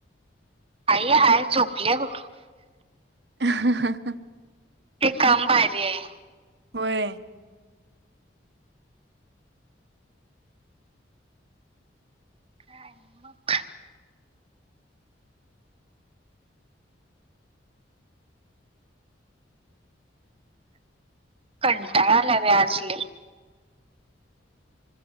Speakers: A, on the right (about 30°); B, on the right (about 60°).
A: आई हाय झोपल्या बघ
B: ह ह ह
A: ते काम भारी आहे
B: होय
A: काय मग कंटाळा आला बाई आज लई